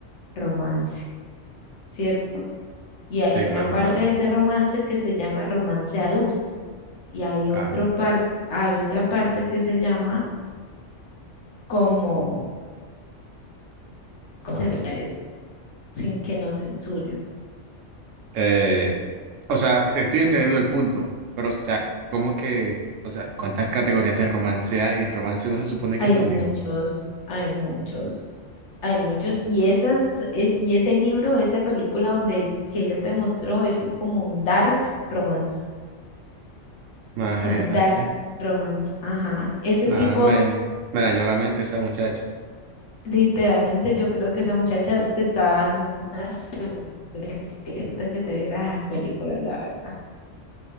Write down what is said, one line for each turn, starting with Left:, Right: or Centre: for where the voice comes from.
Left: romance, ¿cierto? Y
Right: sí,
Left: hay una
Right: claro,
Left: parte
Right: claro.
Left: de ese romance que se llama romance adulto y hay otro
Right: Ah,
Left: par, hay otra parte que se llama como, ¿cómo se puede eso? Sin que nos censuren.
Right: eh, o sea, estoy entendiendo el punto, pero o sea, ¿cómo que, o sea, cuántas categorías de romance hay? Romance no se supone
Left: Hay
Right: que es lo
Left: muchos,
Right: mismo.
Left: hay muchos, hay muchos. Y, esas, e- y ese libro, esa película donde que ella te mostró es como un dark romance,
Right: Imagínate.
Left: como un dark romance. Ajá. Ese
Right: Nada,
Left: tipo,
Right: me, me dañó la mente esa muchacha.
Left: literalmente yo creo que esa muchacha te estaba dando una segunda etiqueta que te viera la película, la verdad.